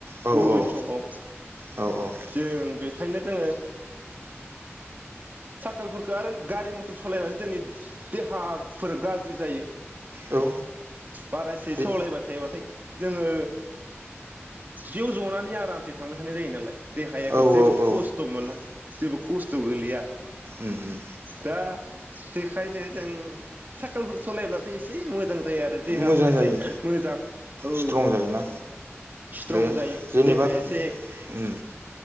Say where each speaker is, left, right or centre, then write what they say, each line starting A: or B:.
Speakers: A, on the right (about 60°); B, on the right (about 40°).
A: औ
B: उयनसक
A: औ
B: आव
A: औ औ
B: जों बे ओंखायनो जोङो साइकेलफोरखो आरो गारि मथर सालायनानै जोंनि देहाफोर गाज्रि जायो।
A: औ
B: बारासे
A: बे
B: सावलायबाय थायोबा थाय जोङो सियाव जनानै आरामसे थांबाय थानाय जायो नालाय। देहायाखौ
A: औ
B: जेबो
A: औ औ
B: खस्थ' मोना जेबो खस्थ' गोलैया।
A: उम उम।
B: दा बेखायनो जों साइकेलफोर सालायब्लाथाय एसे मोजां जायो आरो देहाफोरा
A: मोजां जायो
B: एसे मोजां औ
A: स्ट्रं जायोना
B: स्ट्रं
A: बे
B: जायो
A: जेनेबा
B: देहाया एसे
A: उम